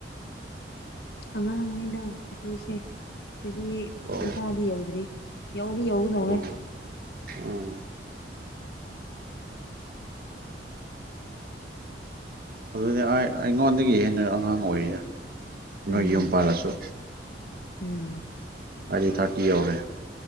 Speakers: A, on the left; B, on the right.
A: ꯑꯉꯥꯡꯅꯤꯗ ꯑꯈꯣꯏꯁꯦ ꯆꯍꯤ
B: ꯑꯣ
A: ꯀꯨꯟꯊ꯭ꯔꯥꯗꯤ ꯌꯧꯗ꯭ꯔꯤ ꯌꯧꯗꯤ ꯌꯧꯒꯗꯧꯔꯦ
B: ꯑꯣ ꯎꯝ ꯑꯗꯨꯗꯤ ꯑꯥꯏ ꯑꯩꯉꯣꯟꯗꯒꯤ ꯍꯦꯟꯅ ꯑꯉꯥꯡ ꯑꯣꯏꯔꯤꯗ ꯅꯣꯏ
A: ꯎꯝ
B: ꯌꯨꯝ ꯄꯥꯜꯂꯁꯨ
A: ꯎꯝ
B: ꯑꯩꯗꯤ ꯊꯥꯔꯇꯤ ꯌꯧꯔꯦ